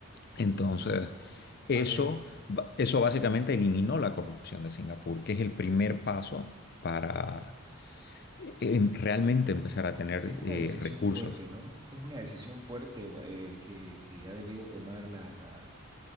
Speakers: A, on the left (about 45°); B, on the right (about 20°).
A: Entonces,
B: Yo,
A: eso,
B: a ver,
A: ba- eso básicamente eliminó la corrupción de Singapur, que es el primer paso para eh, em- realmente empezar a tener
B: es una
A: eh,
B: decisión
A: recursos.
B: fuerte, ¿no? Es una decisión fuerte eh, que, que ha debido tomar las, las,